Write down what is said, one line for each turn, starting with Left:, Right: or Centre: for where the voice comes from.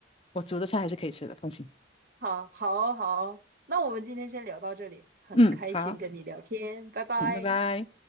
Left: 我煮的菜还是可以吃的，放心。
Right: 好，好，好，那我们今天先聊到这里，很开心跟你聊天，
Left: 嗯，好，
Right: 拜拜。
Left: 嗯，拜拜。